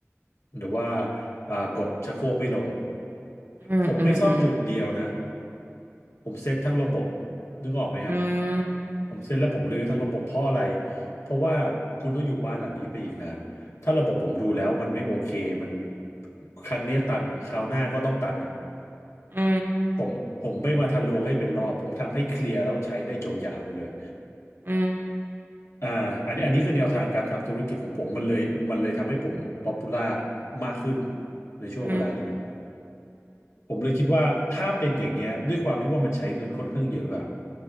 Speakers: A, on the left; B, on the right.
A: หรือว่าอ่ากดชักโครกไม่ลง
B: อืมอืมอืม
A: ผมไม่ซ่อมจุดเดียวนะผมเซตทั้งระบบนึกออกไหมฮะ
B: อื
A: ผมเซ็นแล้วผมรื้อทั้งระบบเพราะอะไรเพราะว่าคุณต้องอยู่บ้านหลังนี้ไปอีกนานถ้าระบบผมดูแล้วมันไม่โอเคมันครั้งเนี้ยตันอะคราวหน้าก็ต้องตันอ่ะ
B: ม
A: ผมผมไม่มาทะลวงให้เป็นรอบผมทำให้เคลียร์แล้วใช้ได้ยาวๆไปเลย
B: อืม
A: อ่าอันนี้อันนี้คือแนวทางการทำธุรกิจของผมมันเลยมันเลยทำให้ผมป๊อปปูล่ามากขึ้นในช่วงเวลานี้
B: อืมอืม
A: ผมเลยคิดว่าถ้าเป็นอย่างเงี้ยด้วยความที่ว่ามันใช้เงินค่อนข้างเยอะอะ